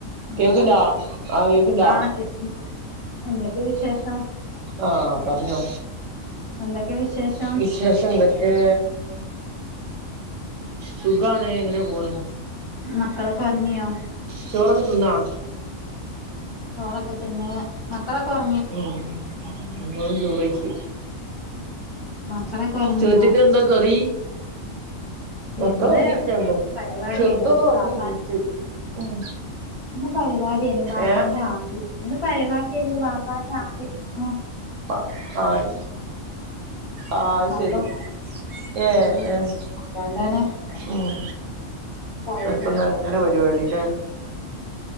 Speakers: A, on the left; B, on the right.
A: Hello
B: കേക്ക്ണ്ടാ ആഹ് കേക്ക്ണ്ടാ
A: ആഹ് കേക്ക് എന്തൊക്കെ വിശേഷം
B: ആഹ് പർഞ്ഞോ
A: എന്തൊക്കെ വിശേഷം
B: വിശേഷം എന്തൊക്കെ സുഖാണ് ങ്ങനെ പോണ്
A: മക്കളൊക്കെ ഒർങ്ങിയോ
B: ചോറൊക്കെ ത്‌ന്നോ
A: ചോറൊക്കെ ത് ന്ന് മക്കളൊക്കൊർ
B: ഉം ങ്ങളും ചോറയ്ച്ച്
A: മക്കളൊക്കൊർങ്ങിയോ
B: ചോറ്റ്ക്ക് എന്താ കറി മക്കൾ
A: ഇന്ന്
B: ഒറങ്ങിട്ടില്ല രണ്ടും
A: പരിപാടി
B: ചെറുതൊന്ന്
A: എയ്നൂ
B: ഒറങ്ങി
A: വാപ്പാ
B: നീറ്റ് ഉം
A: ഇന്ന് പരിപാടിയ്ന് ബാപ്പാന്റെ
B: ഏഹ്
A: ആണ്ട് ന്ന് പരിപാടിയ്ന് ബാപ്പാന്റെ ആണ്ട് ആഹ്
B: അ ആയ് ആഹ് ശരി
A: അപ്പം
B: ഏഹ്
A: ഉം
B: ഏഹ്
A: അതോണ്ടാണ്
B: ഉം
A: ടൈമേ
B: അപ്പന്നങ്ങനെ പരിപാടില്ലേ